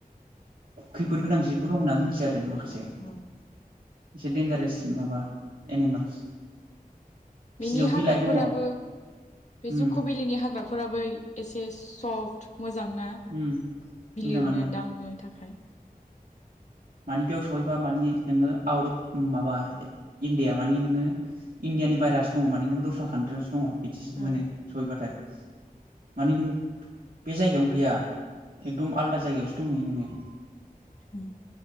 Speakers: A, on the right; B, on the left.
A: खैफोद गोनां जिबो दं होननानै मिथियो आरो माखासे एसे
B: औ
A: देनजारेस माबा एनिमेल्स
B: बेनि
A: सिजौ
B: हाग्राफोराबो
A: बिलाइ दङ
B: बे
A: उम
B: जुख'बिलिनि हाग्रा फोराबो एसे सफ्ट मोजांना
A: उम
B: बिलिरनो
A: मोजाङानो
B: दांनो थाखाय
A: मानि बेयाव सहैबा मानि नोङो आउट अफ माबा इण्डिया मानि नोङो इण्डयानि बाइरास दङ माने नों दस्रा कान्ट्रियावस दङ बिदिस
B: औ
A: मोनो सहैबाथाय मानि नों बे जायगायावनो गैया एकदम आलदा जायगायावसो दंहैयो नोङो
B: औ